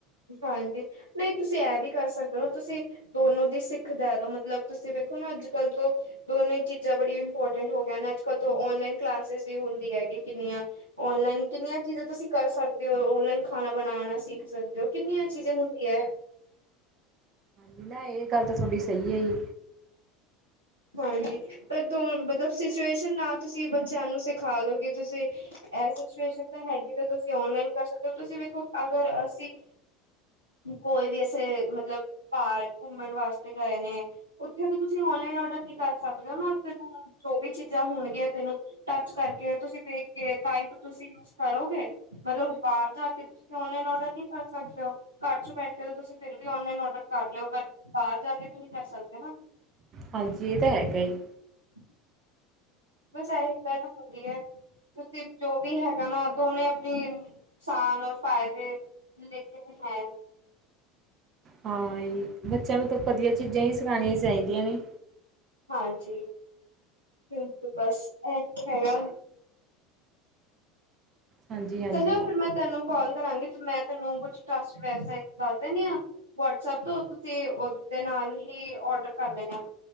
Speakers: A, on the right; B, on the right.
A: ਹਾਂਜੀ, ਨਹੀਂ ਤੁਸੀਂ ਇਹ ਵੀ ਕਰ ਸਕਦੇ ਹੋ ਨਾ ਤੁਸੀਂ ਦੋਨੋ ਦੀ ਸਿੱਖਦਾਗਾ, ਮਤਲਬ ਤੁਸੀਂ ਵੇਖੋ ਨਾ ਅੱਜ ਕੱਲ੍ਹ ਤੋਂ ਦੋਨੋਂ ਹੀ ਚੀਜ਼ਾਂ ਬੜੀ ਇੰਪੋਰਟੈਂਟ ਹੋ ਗ ਨੇ, ਅੱਜ ਕੱਲ੍ਹ ਤੋਂ ਔਨਲਾਈਨ ਕਲਾਸਿਸ ਵੀ ਹੁੰਦੀ ਹੈਗੀ ਕਿੰਨੀਆਂ। ਔਨਲਾਈਨ ਕਿੰਨੀਆਂ ਚੀਜ਼ਾਂ ਤੁਸੀਂ ਕਰ ਸਕਦੇ ਹੋ, ਔਨਲਾਈਨ ਖਾਣਾ ਬਣਾਣਾ ਸਿੱਖ ਸਕਦੇ ਹੋ। ਕਿੰਨੀਆਂ ਚੀਜ਼ਾਂ ਹੁੰਦੀ ਹੈ।
B: ਹੀ ਨਾ ਇਹ ਗੱਲ ਤਾਂ ਤੁਹਾਡੀ ਸਹੀ ਹੈ ਜ।
A: ਹਾਂਜੀ, ਪਰੂੰ ਮਤਲਬ ਸਿਚੁਏਸ਼ਨ ਨਾਲ ਤੁਸੀਂ ਬੱਚਿਆਂ ਨੂੰ ਸਿਖਾ ਦੋਗੇ। ਤੁਸੀਂ ਇਹ ਸਿਚੁਏਸ਼ਨ ਤਾਂ ਹੈਗੀ ਤੁਸੀਂ ਓਨਲਾਈਨ ਕਰ ਸਕਦੇ ਹੋ ਤੁਸੀਂ ਵੇਖੋ, ਅਗਰ ਅਸੀਂ ਕੋਈ ਵੀ ਅਸੀਂ, ਮਤਲਬ, ਪਾਰਕ ਘੁੰਮਣ ਵਾਸਤੇ ਗਏ ਨੇ। ਉੱਥੇ ਤਾਂ ਤੁਸੀਂ ਔਨਲਾਈਨ ਔਡਰ ਕੀ ਕਰ ਸਕਦੇ ਹੋ ਨਾ ਤੈਨੂੰ ਜੋ ਵੀ ਚੀਜ਼ਾਂ ਹੋਣਗੀਆਂ ਤੈਨੂੰ ਟੱਚ ਕਰਕੇ, ਤੁਸੀਂ ਵੇਖ ਕੇ, ਤਾਈ ਤੁਸੀਂ ਯੂਜ ਕਰੋਗੇ। ਮਤਲਬ ਬਾਹਰ ਜਾ ਕੇ ਤੁਸੀਂ ਓਨਲਾਈਨ ਔਡਰ ਨਹੀਂ ਕਰ ਸਕਦੇ ਹੋ। ਘਰ ਚੋਂ ਬੈਠ ਕੇ ਤੁਸੀਂ ਫਿਰ ਵੀ ਨਲਾਈਨ ਔਡਰ ਕਰ ਲਿਓ ਪਰ, ਬਾਹਰ ਜਾ ਕੇ ਫ ਨੀ ਕਰ ਸਕਦੇ।
B: ਹਾਂਜੀ, ਇਹ ਤਾਂ ਹੈਗਾ ਹੀ।
A: <inaudible> ਬਸ ਇਹ ਗੱਲ ਹੋ ਦੀ ਹੈ। ਤੁਸੀਂ ਜੋ ਵੀ ਹੈਗਾ ਨਾ ਦੋਨੇ, ਆਪਣੀ, ਨੁਕਸਾਨ ਔਰ ਫਾਇਦੇ ਲੈ ਕੇ ਹੈ।
B: ਹਾਂ, ਬੱਚਿਆਂ ਨੂੰ ਤਾਂ ਵਧੀਆ ਚੀਜ਼ਾਂ ਹੀ ਸਿਖਾਉਣੀਆਂ ਚਾਹੀਦੀਆਂ ਨੇ।
A: ਹਾਂਜੀ। ਬਿਲਕੁਲ ਬਸ, ਇਹੀ ਹੈਗਾ।
B: ਹਾਂਜੀ ਹਾਂਜੀ
A: ਚਲੋ ਫਿਰ ਮੈਂ ਤੈਨੂੰ ਕਾਲ ਕਰਾਂਗੀ ਮੈਂ ਤੈਨੂੰ ਕੁਛ ਟੱਸਟ ਵੈਬਸਾਈਟ ਦੱਸ ਦੰਦੀ ਹਾਂ। ਵਟਸਐਪ ਤੋਂ ਤੁਸੀਂ ਉਸਦੇ ਨਾਲ ਹੀ ਔਡਰ ਕਰ ਲੈਣਾ।